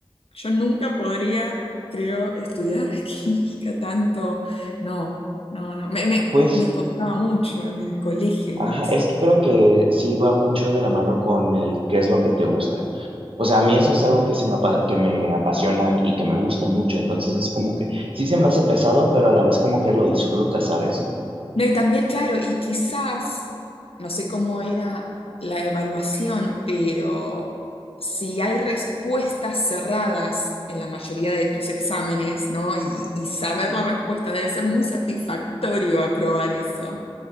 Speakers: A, on the left; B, on the right.
A: Yo nunca podría, creo, estudiar <laughs> química tanto. No, no, no. Me, me,
B: Pues,
A: me costaba mucho en el colegio incluso.
B: ajá, es que creo que sí va mucho de la mano con el qué es lo que te gusta. O sea, a mí eso es algo que, se me, apa- que me apasiona y que me gusta mucho. Entonces es como que sí se me hace pesado, pero a la vez como que lo disfrutas ¿sabes?
A: No, y también, claro, y quizás, no sé cómo era la evaluación, pero si hay respuestas cerradas en la mayoría de tus exámenes, ¿no? Y, y saber la respuesta debe ser muy satisfactorio aprobar eso.